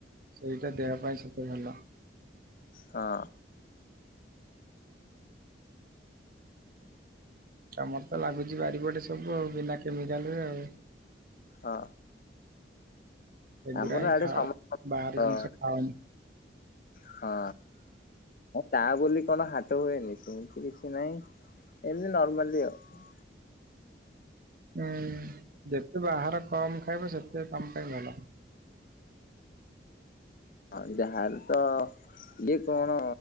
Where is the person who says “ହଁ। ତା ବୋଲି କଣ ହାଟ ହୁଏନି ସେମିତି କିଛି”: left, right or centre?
Left